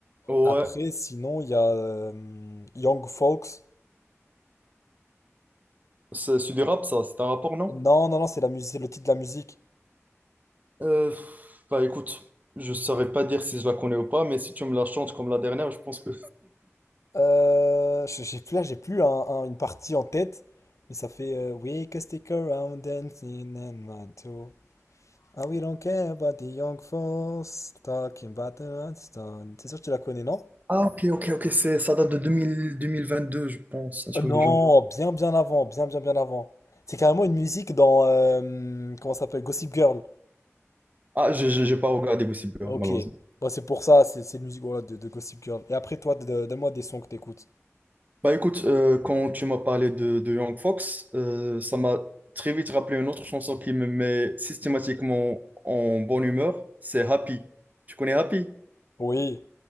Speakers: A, on the right; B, on the left.
A: Ouais,
B: Après, sinon, il y a euh, Young Folks.
A: c'est c'est du rap, ça. C'est un rapport, non?
B: Non, non, non, c'est la musique, c'est le titre de la musique.
A: Euh, bah écoute, je saurais pas dire si je la connais ou pas, mais si tu me la chantes comme la dernière, je pense que...
B: Euh, je- j'ai plus là, j'ai plus un- un- une partie en tête, mais ça fait euh, We can stick around dancing and want to. And we don't care about the young folks talking about the hot stone. C'est sûr que tu la connais, non?
A: Ah, ok, ok, ok, c'est, ça date de 2000 2022, je pense, un truc
B: Oh Non,
A: du genre.
B: bien bien avant, bien bien bien avant. C'est carrément une musique dans euh, comment ça s'appelle? Gossip Girl.
A: Ah, j'ai j'ai- j'ai pas regardé Gossip Girl,
B: Ok.
A: malheureusement.
B: Bah, c'est pour ça, c'est c'est une musique voilà, de, de Gossip Girl. Et après toi, de- donne-moi des sons que t'écoutes.
A: Bah écoute, euh, quand tu m'as parlé de, de Young Fox, euh, ça m'a très vite rappelé une autre chanson qui me met systématiquement en bonne humeur, c'est Happy. Tu connais Happy?
B: Oui,